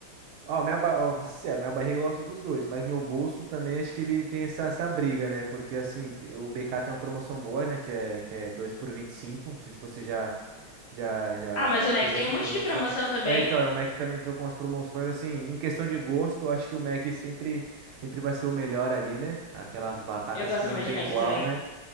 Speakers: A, on the right (about 80°); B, on the left (about 70°).
A: Ó, minha, ba... ó, sincero, minha barriga gosta dos dois, mas meu bolso também acho que ele tem essa, essa briga, né? Porque assim, te- o BK tem uma promoção boa, né? Que é, que é 2 por 25. Não sei se você já, Já, já
B: Ah, mas o Mac
A: pegou
B: tem
A: essa
B: um monte
A: promoção.
B: de promoção também.
A: É, então, é, o Mac também entrou com as promoções, assim, em questão de gosto, eu acho que o Mac sempre, sempre vai ser o melhor ali, né? Aquelas batatas
B: Eu gosto
A: que não
B: mais
A: tem
B: de Mac
A: igual,
B: também.
A: né?